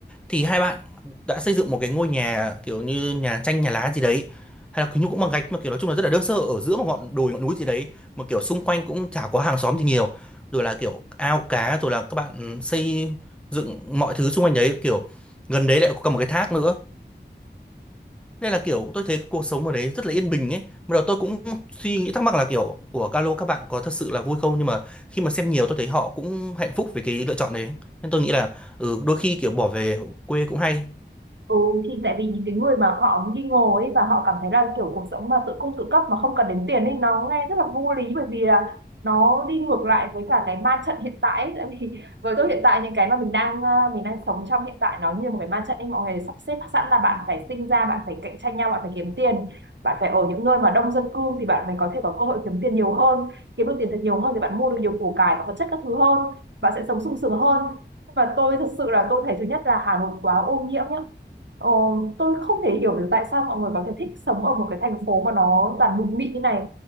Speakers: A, in the centre; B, on the right (about 80°).
A: thì hai bạn đã xây dựng một cái ngôi nhà kiểu như nhà tranh nhà lá gì đấy hay là kiểu như cũng bằng gạch mà kiểu nói chung là rất là đơn sơ ở giữa một ngọn đồi ngọn núi gì đấy mà kiểu xung quanh cũng chả có hàng xóm gì nhiều rồi là kiểu ao cá rồi là các bạn xây dựng mọi thứ xung quanh đấy kiểu gần đấy lại có cả một cái thác nữa nên là kiểu tôi thấy cái cuộc sống ở đấy rất là yên bình ấy bắt đầu tôi cũng suy nghĩ thắc mắc là kiểu của Calo các bạn có thật sự là vui không nhưng mà khi mà xem nhiều tôi thấy họ cũng hạnh phúc với cái lựa chọn đấy nên tôi nghĩ là ừ, đôi khi kiểu bỏ về quê cũng hay
B: Ừ, thì tại vì những cái người mà họ nghi ngờ ấy và họ cảm thấy là kiểu cuộc sống mà tự cung tự cấp mà không cần đến tiền ấy nó nghe rất là vô lý bởi vì là nó đi ngược lại với cả cái ma trận hiện tại ấy. Tại vì <laughs> với tôi hiện tại những cái mà mình đang ờ, mình đang sống trong hiện tại nó như một cái ma trận ấy mọi người sắp xếp sẵn là bạn phải sinh ra bạn phải cạnh tranh nhau bạn phải kiếm tiền bạn phải ở những nơi mà đông dân cư thì bạn mới có thể có cơ hội kiếm tiền nhiều hơn kiếm được tiền thật nhiều hơn thì bạn mua được nhiều củ cải và vật chất các thứ hơn bạn sẽ sống sung sướng hơn và tôi thật sự là tôi thấy thứ nhất là Hà Nội quá ô nhiễm nhá Ờ, tôi không thể hiểu được tại sao mọi người có thể thích sống ở một cái thành phố mà nó toàn bụi mịn như này.